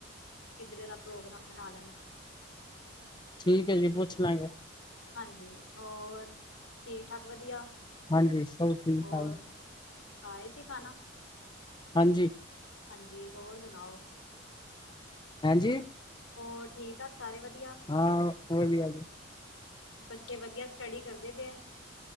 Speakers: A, on the left (about 80°); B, on the left (about 20°).
A: ਕਿਧਰੇ ਦਾ ਪ੍ਰੋਗਰਾਮ ਬਣਾ ਲੈਣ
B: ਠੀਕ ਐ ਜੀ ਪੁੱਛ ਲਾਂਗੇ।
A: ਹਾਂਜੀ, ਹੋਰ ਠੀਕ-ਠਾਕ ਵਧੀਆ?
B: ਹਾਂਜੀ ਸਭ ਠੀਕ-ਠਾਕ।
A: ਹੋਰ ਖਾਏ ਤੇ ਖਾਣਾ।
B: ਹਾਂਜੀ।
A: ਹਾਂਜੀ ਹੋਰ ਸੁਣਾਓ।
B: ਹਾਂਜੀ।
A: ਹੋਰ ਠੀਕ-ਠਾਕ ਸਾਰੇ ਵਧੀਆ।
B: ਹਾਂ। ਵਧੀਆ ਜੀ।
A: ਬੱਚੇ ਵਧੀਆ ਸਟੱਡੀ ਕਰਦੇ ਪੇ ਆ।